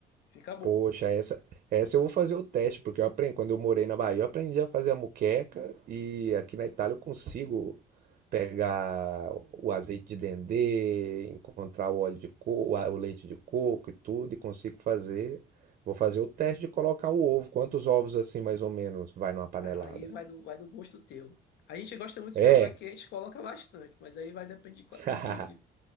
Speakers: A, on the left; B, on the right.
A: Fica bom.
B: Poxa, essa, essa eu vou fazer o teste, porque eu aprendi, quando eu morei na Bahia, eu aprendi a fazer a moqueca e aqui na Itália eu consigo pegar o azeite de dendê, encontrar o óleo de coco, o leite de coco e tudo, e consigo fazer. Vou fazer o teste de colocar o ovo. Quantos ovos assim, mais ou menos, vai numa panelada?
A: Aí vai do, vai do gosto teu. A gente gosta muito
B: É.
A: de ovo aqui, a gente coloca bastante, mas aí vai depender de, qual-
B: <laughs>
A: de, de-